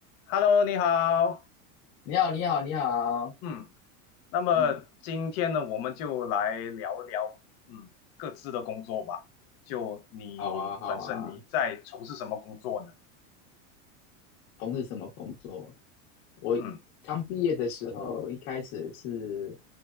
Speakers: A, on the left; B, on the left.
A: Hello，你好。
B: 你好，你好，你好，
A: 嗯，那么今天呢，
B: 嗯，
A: 我们就来聊聊，嗯，各自的工作吧。就你本身你在从事什么工作呢？
B: 好啊，好啊，从事什么工作？我刚毕业的时候，
A: 嗯，
B: 一开始是